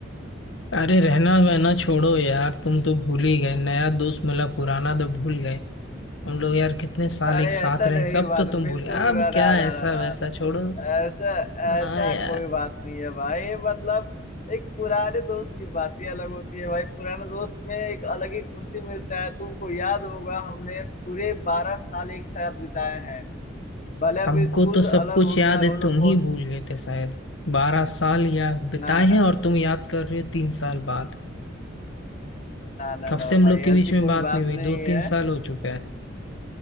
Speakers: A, on the left; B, on the left.
A: अरे रहना वहना छोड़ो यार तुम तो भूल ही गए नया दोस्त मिला पुराना तो भूल गए हम लोग यार कितने साल
B: अरे
A: एक साथ
B: ऐसा
A: रहे
B: नहीं
A: सब
B: बात
A: तो तुम
B: बिल्कुल
A: भूल गए अब
B: ना ना
A: क्या
B: ना
A: ऐसा
B: ना ना
A: वैसा
B: ना।
A: छोड़ो
B: ऐसा
A: हाँ
B: ऐसा
A: यार
B: कोई बात नहीं है भाई मतलब एक पुराने दोस्त की बात ही अलग होती है भाई पुराने दोस्त में एक अलग ही खुशी मिलता है तुमको याद होगा हमने पूरे बारह साल एक साथ बिताए हैं भले अब
A: हमको
B: स्कूल
A: तो सब
B: अलग
A: कुछ
B: हो
A: याद
B: गया अब
A: है
B: हम
A: तुम
B: लोग को
A: ही भूल गए थे शायद बारह साल या बिताए
B: ना ना
A: हैं और तुम याद कर रहे हो तीन साल बाद
B: ना ना
A: कब
B: ना
A: से हम
B: भाई
A: लोग के बीच
B: ऐसी
A: में
B: कोई
A: बात
B: बात
A: नहीं हुई
B: नहीं
A: दो
B: है
A: तीन साल हो चुका है